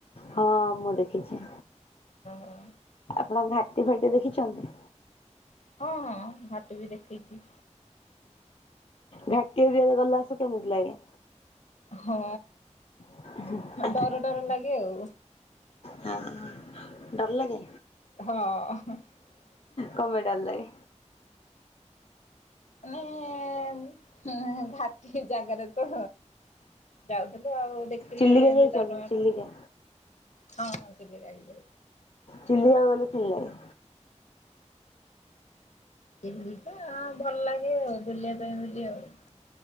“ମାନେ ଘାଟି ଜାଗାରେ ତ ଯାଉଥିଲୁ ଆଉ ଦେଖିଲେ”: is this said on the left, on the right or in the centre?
Left